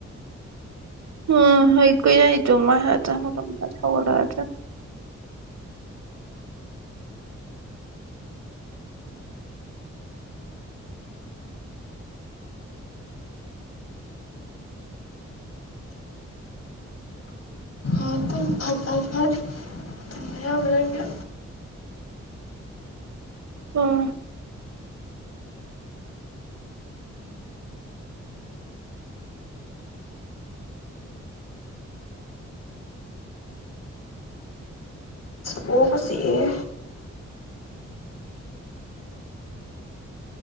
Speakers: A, on the right (about 65°); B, on the left (about 60°).
A: ꯎꯝ ꯑꯩ ꯀꯨꯏꯔ‌ꯦ ꯇꯨꯝꯕ <unintelligible>
B: ꯑꯗꯨꯝ ꯐꯠ ꯐꯠ ꯐꯠ ꯇꯨꯝꯕ ꯌꯥꯕ꯭ꯔꯒ
A: ꯎꯝ
B: ꯀ‌ꯣꯛꯀ ꯆꯤꯛꯑꯦ